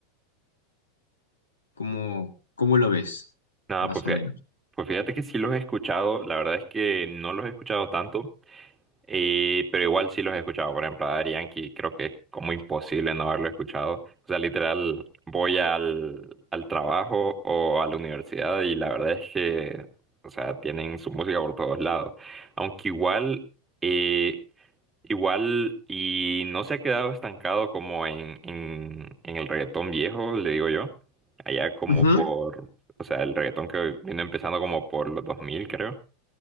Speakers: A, on the left (about 75°); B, on the right (about 15°).
A: como, ¿cómo lo ves?
B: Nada,
A: Más
B: pues fíjate,
A: o menos.
B: pues fíjate que sí los he escuchado. La verdad es que no los he escuchado tanto. Y, pero igual sí los he escuchado, por ejemplo, a Daddy Yankee, creo que es como imposible no haberlo escuchado. O sea, literal, voy al, al trabajo o a la universidad y la verdad es que, o sea, tienen su música por todos lados. Aunque igual, eh, igual, y no se ha quedado estancado como en, en, en el reggaetón viejo, le digo yo. Allá como
A: Ujú.
B: por, o sea, el reggaetón que vino empezando como por los 2000, creo